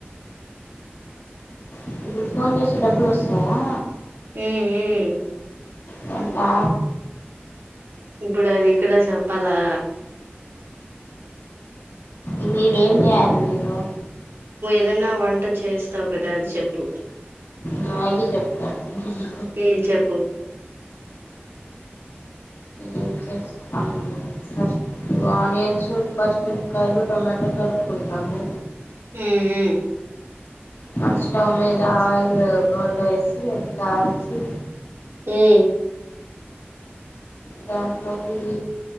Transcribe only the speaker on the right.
మ్మ్ మ్
ఇప్పుడు అది ఇక్కడ చెప్పాలా
ఏదన్నా వంట చేస్తావ్ కదా అది చెప్పు
ఉమ్ చెప్పు
మ్మ్ మ్
మ్మ్